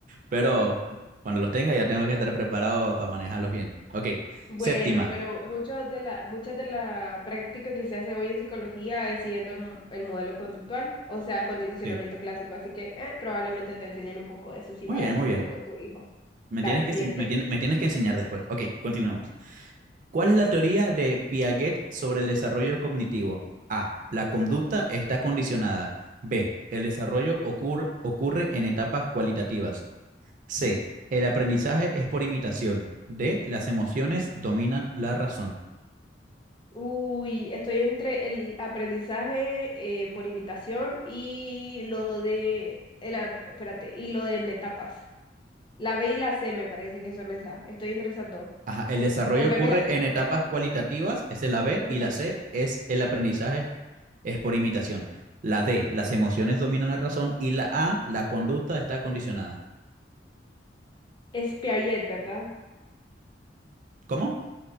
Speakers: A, on the right; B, on the left.
A: Pero cuando los tenga ya tengo que estar preparado para manejarlos bien. Ok,
B: Bueno,
A: séptima.
B: pero muchas de la, muchas de la práctica que se hace hoy en psicología es siguiendo el, mo- el modelo conductual, o sea, condicionamiento
A: Sí.
B: clásico. Así que eh, probablemente te enseñen un poco de eso si
A: Muy
B: vas
A: bien,
B: al psicólogo
A: muy bien.
B: con tu hijo.
A: Me
B: Dale,
A: tienes que,
B: siguiente.
A: ense- me, tien- me tienes que enseñar después. Ok, continuamos. ¿Cuál es la teoría de Piaget sobre el desarrollo cognitivo? A. La conducta está condicionada. B. El desarrollo ocur- ocurre en etapas cualitativas. C. El aprendizaje es por imitación. D. Las emociones dominan la razón.
B: Uy, estoy entre el aprendizaje eh, por imitación y lo de, el, ap- espérate, y lo de en etapas. La B y la C me parece que son esas. Estoy entre esas dos.
A: Ajá, el desarrollo
B: Volverme
A: ocurre
B: la
A: en etapas cualitativas, esa es la B,
B: en
A: y
B: etapas.
A: la C es el aprendizaje es por imitación. La D, las emociones dominan la razón, y la A, la conducta está condicionada.
B: Es Piaget, ¿verdad?
A: ¿Cómo?